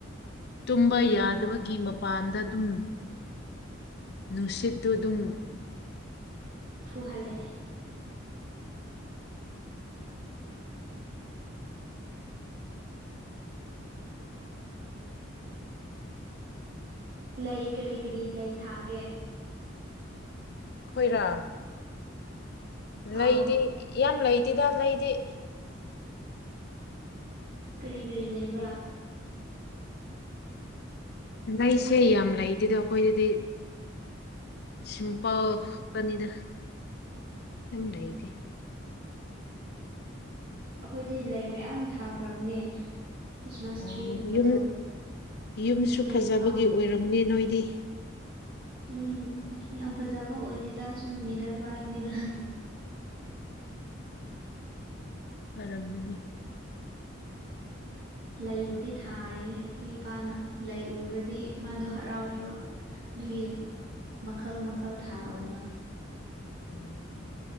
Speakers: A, on the left; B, on the right.
A: ꯇꯨꯝꯕꯥ
B: ꯎꯝ ꯅꯨꯡꯗꯥꯡ
A: ꯌꯥꯗꯕꯒꯤ ꯃꯥꯞ ꯃꯄꯥꯟꯗ ꯗꯨꯝ ꯅꯨꯡꯁꯤꯠꯇꯨ ꯗꯨꯝ
B: ꯐꯨꯍꯜꯂꯦ
A: <inaudible>
B: ꯂꯩ ꯀꯔꯤ ꯀꯔꯤ ꯂꯩ ꯊꯥꯒꯦ
A: ꯑꯈꯣꯏꯔꯥ
B: ꯑꯥꯎ
A: ꯂꯩꯗꯤ ꯌꯥꯝ ꯂꯩꯇꯦꯗ ꯂꯩꯗꯤ
B: ꯀꯔꯤ ꯀꯔꯤ ꯂꯩꯕ꯭ꯔꯥ
A: ꯂꯩꯁꯦ ꯌꯥꯝ ꯂꯩꯇꯦꯗ ꯑꯈꯣꯏꯗꯗꯤ ꯁꯤꯝꯄꯜ ꯈꯛꯇꯅꯤꯗ ꯌꯥꯝ ꯂꯩꯗꯦ
B: ꯑꯈꯣꯏꯗꯤ ꯂꯩ ꯃꯌꯥꯝ ꯊꯥꯈ꯭ꯔꯕꯅꯦ ꯈ꯭ꯔꯤꯁꯃꯥꯁ
A: ꯑꯣ
B: ꯇ꯭ꯔꯤꯒꯨꯝꯕꯗꯣ
A: ꯌꯨꯝ ꯌꯨꯝꯁꯨ
B: ꯒꯦꯠ
A: ꯐꯖꯕꯒꯤ
B: ꯐꯥꯎ
A: ꯑꯣꯏꯔꯝꯅꯤ ꯅꯣꯏꯗꯤ
B: ꯁꯨꯝ ꯌꯥꯝ ꯐꯖꯕ ꯑꯣꯏꯗꯦꯗ ꯁꯨꯝ ꯃꯤꯗꯜ ꯀ꯭ꯂꯥꯁꯅꯤꯅ
A: ꯐꯔꯝꯒꯅꯤ
B: ꯂꯩꯕꯨꯗꯤ ꯊꯥꯔꯦ ꯈꯣꯏ ꯏꯄꯥꯅ ꯂꯩ ꯎꯔꯗꯤ ꯃꯥꯗꯣ ꯍꯔꯥꯎꯋꯦꯕ
A: <inaudible>
B: ꯗꯨꯒꯤ ꯃꯈꯜ ꯃꯈꯜ ꯊꯥꯕꯅꯤ
A: ꯎꯝ